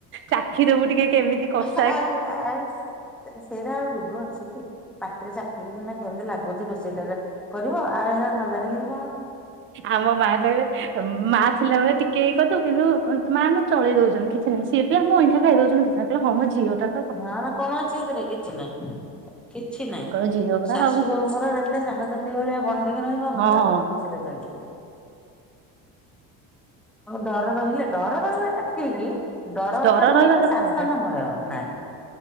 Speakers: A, on the right; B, in the centre.
A: ଚାଖିଦବୁ ଟିକେ କେମିତି କଷ୍
B: ଆଉ ଆଉ ସେଇଟା ଆଉ ଯୁଗ ଅଛି କି ପାଖରେ ଚାକିର କେମିତି ଲାଗୁଛି ରୋଷେଇଟରେ କରିବ ଆଉ ଏ ନ ଜାଣିକି।
A: ଆମ ମା କହିଲେ ମା ଥିଲାବେଳେ ଟିକେ ଇ କଥାୁ କିନ୍ତୁ କହନ୍ତୁ ମା କୁ ଚଳେଇ ଦଉଛନ୍ତି କିଛି ନାହିଁ ସିଏ ବି ଆମ ଅଇଁଠା ଖାଇ ଦଉଛନ୍ତି କିଛି ନା କହିଲେ ହମଝଅ ଟା।
B: ନା ନା କଣ ଅଛି ଏଥିରେ କିଛି ନାହିଁ କିଛି ନାଇଁ।
A: ତାଙ୍କର ଝିଅ ପରା
B: ଶାଶୁ
A: ଆଉ
B: ବୋହୂଙ୍କର ଯେତେ ସାଙ୍ଗସାଥିୀ ଭଳିଆ ବଣ୍ଡିିକି ରହିବ
A: ହଁ
B: ଘରଟା ଭଲ ଖୁସିରେ ଚାଲିବ। ଡର ରହିଲେ ଡର ରହିଲା ତ ଠିକ। ଦର
A: ଡର
B: ଅର୍ଥ ନୁହଁ
A: ରହିବା
B: ତ
A: ଦରକାର
B: ଶାସନ ଭୟ ନାହିଁ।